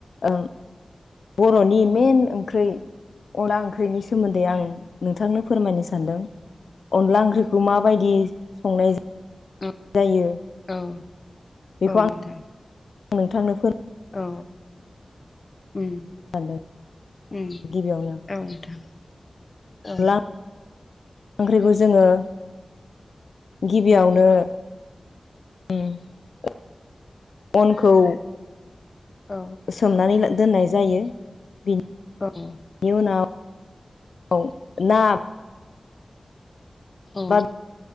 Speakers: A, on the left; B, on the left.
A: ओं बर'नि मेन ओंख्रै अनला ओंख्रैनिस सोमोन्दै आं नोंथांनो फोरमायनो सानदों अनला ओंख्रिखौ माबायदि संनाय
B: <unintelligible>
A: जायो
B: औ औ
A: बेखौ आं
B: नोंथां
A: नोंथांनो फोर
B: औ उम
A: सानदों
B: उम
A: गिबियावनो
B: औ थां औ
A: अनला ओंख्रिखौ जोङो गिबियावनो <unintelligible> अनखौ
B: औ
A: सोमनानै ला दोननाय जायो बि
B: औ
A: नि उनाव औ ना
B: औ
A: बा